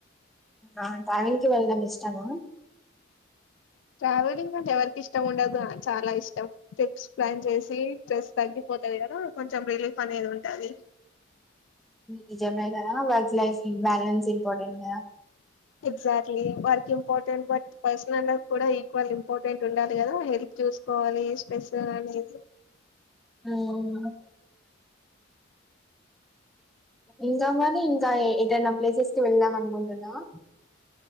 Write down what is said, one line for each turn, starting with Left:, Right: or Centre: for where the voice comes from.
Centre: అవునా ట్రావెలింగ్ కి వెళ్ళడం ఇష్టమా
Left: ట్రావెలింగ్ అంటే ఎవరికి ఇష్టం ఉండదు చాలా ఇష్టం. ట్రిప్స్ ప్లాన్ చేసి ప్లస్ తగ్గిపోతది కదా కొంచెం రిలీఫ్ అనేది ఉంటది.
Centre: నిజమే కదా వర్క్ లైఫ్ ఇంబాలన్స్ ఇంపార్టెంట్ కదా
Left: ఎగ్జాక్ట్లీ వారికి ఇంపార్టెంట్ బట్ పర్సనల్ లైఫ్ కూడా ఈక్వల్ ఇంపార్టెంట్ ఉండాలి కదా హెల్త్ చూసుకోవాలి. స్ట్రెస్ అనేది
Centre: ఉమ్ ఇంకా మరి ఇంకా ఏదైనా ప్లేసెస్కి వెళ్దాం అనుకుంటున్నావా